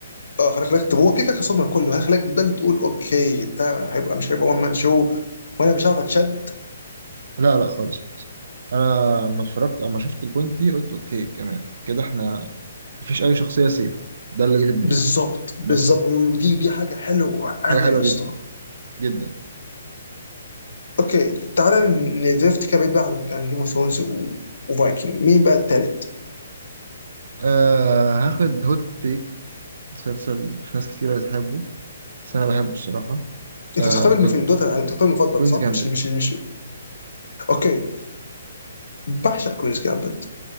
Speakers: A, on the left; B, on the right.
A: اه خلاك خلاك ت- هو كده كده كان صدمه لكله هل خلاك ده اللي تقول اوكي ده هيبقى مش هيبقى وان مان شو وانا مش عارف اتشد
B: لا لا خالص خالص انا لما اتفرجت او ما شفت البوينت دي قلت اوكي كمان كده احنا مفيش اي شخصيه سيف ده اللي جه في دماغي
A: بالظبط بالظبط
B: بس
A: و- و- ودي دي حاجه حلوه قوي
B: حاجه حلوه
A: يا اسطى
B: جدا جدا
A: اوكي تعالى ندريفت كده بعيد بقى عن عن جيم اوف ثرونز وفايكنج مين بقى التالت؟
B: آه هاخد هوت تيك مسلسل مش ناس كتيرة بتحبه بس أنا بحبه الصراحة
A: انت
B: آه
A: بتختار المفضل
B: ده
A: دوت انت بتختار المفضل
B: ده كوينز
A: صح؟
B: جامبت
A: مش مش مش اوكي بعشق كوينز جامبت